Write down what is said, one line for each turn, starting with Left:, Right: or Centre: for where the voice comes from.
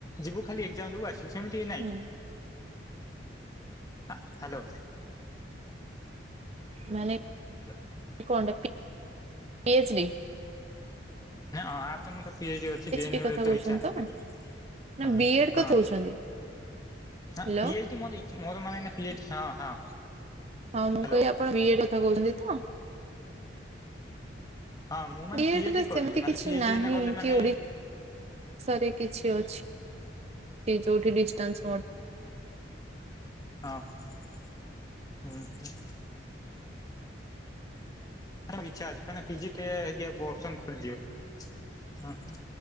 Left: ଯିବୁ ଖାଲି ଏକ୍ଜାମ ଦବୁ ଆସିବୁ ସେ ସେମିତି ନାଇଁ
Right: ହୁଁ
Left: ହ୍ୟାଲୋ।
Right: ମାନେ
Left: ହଁ
Right: କଣ୍ଡକ୍ଟ ପି ଏଚ ଡି
Left: ନାଁ ଆପ ତ ପି ଏଚ ଡ଼ି
Right: ଡି କଥା
Left: ଅଛି
Right: କହୁଛନ୍ତି
Left: ଇଛା ଅଛି
Right: ତ?
Left: ଦେଖ
Right: ନା
Left: ହ
Right: ବି ଏଡ୍
Left: ହଁ।
Right: କଥା କହୁଛନ୍ତି
Left: ହଁ
Right: ହ୍ୟାଲୋ
Left: ପି ଏଚ୍ ଡ଼ି ମୋରେ ଇ ମୋର ମାନେ ପି ଏଚ ହଁ ହଁ।
Right: ହଁ ମୁଁ
Left: ହ୍ୟାଲୋ।
Right: କହ ଆପଣ ବିଏ କଥା କହୁଛନ୍ତି ତ?
Left: ହଁ ମୁଁ ମାନେ
Right: ବିଡ଼ିରେ
Left: ପିଏଚଡି
Right: ସେମିତି
Left: କରିବି ମାନେ
Right: କିଛି
Left: ପିଏଚଡି
Right: ନାହିଁ
Left: ଏଇନା କଲେ
Right: କି
Left: ମାନେ
Right: ଓ ରେ କିଛି ଅଛି ସେ ଯୋଉଠି ଡିଷ୍ଟାନ୍ସ
Left: ହଁ ହୁଁ ହ। ଇଛା ଅଛି କ ଫିଜିଟ ହେ ଅପସନ ଖୋଲିଯିବ ହ